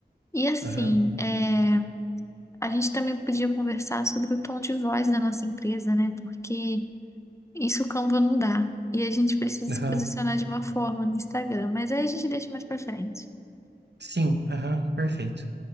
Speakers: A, on the left (about 15°); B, on the right (about 75°).
A: E assim,
B: Aham.
A: é, a gente também podia conversar sobre o tom de voz da nossa empresa, né? Porque isso o Canva não dá. E a gente precisa se
B: Aham.
A: posicionar de uma forma no Instagram. Mas aí a gente deixa mais pra frente.
B: Sim. Aham. Perfeito.